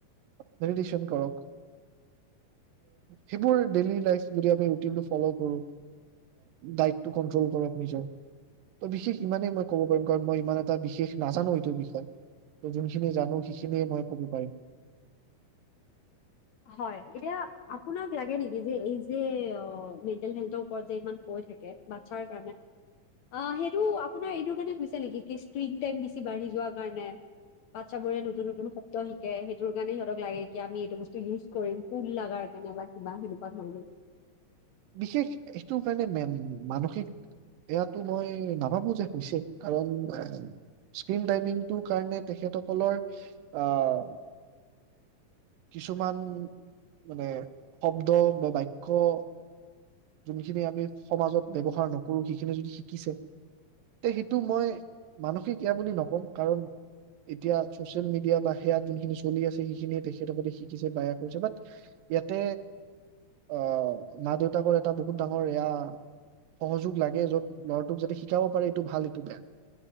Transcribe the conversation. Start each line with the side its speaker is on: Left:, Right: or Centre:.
Right: মেদিটেচন কৰক। সেইবোৰ ডেইলি লাইফ যদি আমি ৰুটিনটো ফলো কৰো, দাইটো কন্ত্ৰল কৰক নিজৰ, তে ইমানেই মই কব পাৰিম কাৰন মই ইমান এটা বিশষ নাজানো এইটো বিষয় যোনখিনি জানো সেইখিনিয় মই কব পাৰিম।
Left: হয় এতিয়া আপোনাক লাগে নেকি যে এই যে মেণ্টেল হেল্থৰ ওপৰত যে ইমান কৈ থাকে বাচ্ছাৰ কাৰণে অ, সেইটো আপোনাৰ এইটো কাৰণে হৈছে নেকি কি স্ক্ৰীন টাইম বেছি বাঢ়ি যোৱা কাৰণে, বাচ্ছাবোৰে নতুন নতুন শব্দ শিকে সেইটোৰ কাৰণে সিহঁতক লাগে কি আমি এইটো ইউজ কৰিম কোন লাগাৰ কেনেকুৱা কিবা সেনেকোৱা ধৰণৰ <unintelligible>
Right: বিশেষ এইটো কাৰনে মান মানসিক এয়াটো মই নাভাবো যে হৈছে কাৰণ স্ক্ৰীন টাইমিংটোৰ কাৰণে তেখেতসকলৰ, আহ, কিছুমান মানে শব্দ বা বাক্য - যোনখিনি আমি সমাজত ব্যৱহাৰ নকৰো সেইখিনি যদি শিকিছে, তে সেইটো মই মানসিক এয়া বুলি নকওঁ কাৰণ, এতিয়া চচিয়েল মিডিয়া বা সেয়াত যোনখিনি চলি আছে সেইখিনিয়ে তেখেতসকলে শিকিছে বেয়া কৰিছে বাট, ইয়াতে আহ মা দেউতা - এটা বহুত ডাঙৰ এয়া সহযোগ লাগে যত ল'ৰাটোক যাতে শিকাব পাৰে এইটো ভাল এইটো বেয়া,